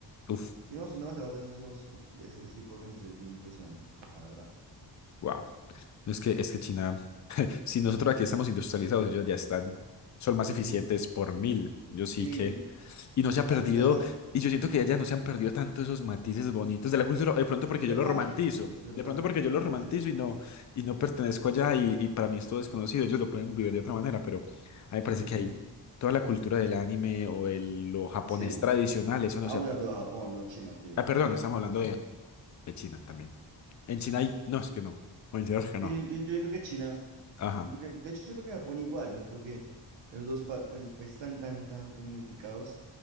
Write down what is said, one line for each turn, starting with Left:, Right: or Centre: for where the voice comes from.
Left: Uf.
Right: Sí, no, son demasiados de esos los, ese, ese tipo de organizaciones, es muy impresionante, la verdad.
Left: Wow. No, Es que, es que China, si nosotros aquí estamos industrializados, ellos ya están, son más
Right: Ujú.
Left: eficientes por mil. Yo sí
Right: Sí,
Left: que. Y no se ha
Right: la-
Left: perdido,
Right: la- la-
Left: y yo siento que allá no se han perdido tanto esos matices bonitos de la cultura, o de pronto porque
Right: es
Left: yo
Right: verdad,
Left: lo romantizo,
Right: es verdad,
Left: de pronto porque yo lo romantizo
Right: puede ser.
Left: y no, y no pertenezco allá, y, y para mí es todo desconocido, ellos lo pueden vivir de otra manera, pero a mí me parece
Right: Ujú.
Left: que hay toda la cultura del anime o el, lo japonés
Right: Sí.
Left: tradicional, eso no
Right: Ah,
Left: se
Right: bueno,
Left: ha. per-
Right: pero Japón, no China. Ok,
Left: Ah,
Right: ok,
Left: perdón,
Right: ok.
Left: estamos hablando
Right: Pensé
Left: de,
Right: que...
Left: de China también. En China hay, no, es que no, o en China es que
Right: Sí,
Left: no.
Right: yo, yo, yo siento que China... yo
Left: Ajá.
Right: siento que... De hecho, yo siento que Japón igual. Yo siento que esos dos pa- pues, los países tan, tan, tan tecnificados.